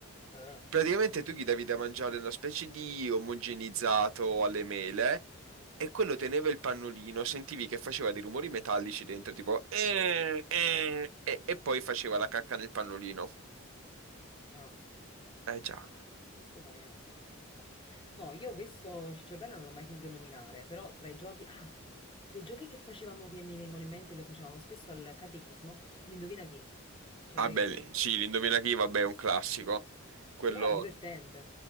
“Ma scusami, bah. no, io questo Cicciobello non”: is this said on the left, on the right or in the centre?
Left